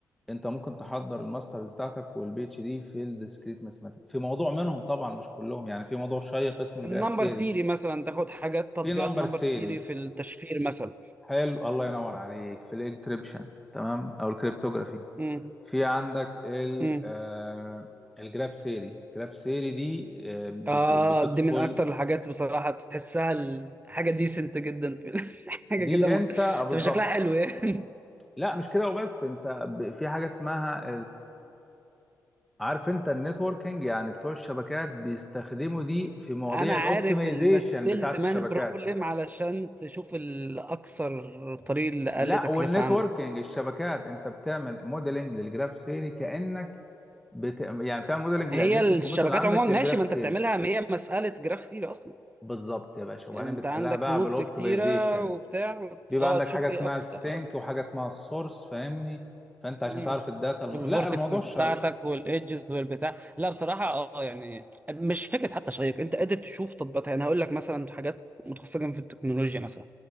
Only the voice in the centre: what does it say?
انت ممكن تحضر الماستر بتاعتك والبي اتش دي في الديسكريت ماثماتيك في موضوع منهم طبعا مش كلهم يعني في موضوع شيق اسمه
الجراف سيري
في نمبر
سيري
حلو الله ينور عليك في الانكريبشن تمام او الكريبتوغرافي
في عندك ال
آه الجراف سيري الجراف سيري دي آه بت
بتدخل
دي
انت آه، بالظبط
لا مش كده وبس انت ب- في حاجه اسمها عارف انت النتوركينج يعني بتوع الشبكات بيستخدموا دي في مواضيع
الاوبتمايزيشن
بتاعت
الشبكات
لا
والنتوركينج
الشبكات انت بتعمل موديلنج للجراف سيري كانك بت... يعني بتعمل موديلنج
لاجهزه الكمبيوتر
اللي عندك
للجراف
سيري
بالظبط يا باشا
وبعدين
بتحلها
بقى
بالاوبتمايزيشن
بيبقى
عندك
حاجه اسمها
السينك وحاجه اسمها السورس فاهمني فانت عشان
تعرف الداتا الم...
لا الموضوع شيق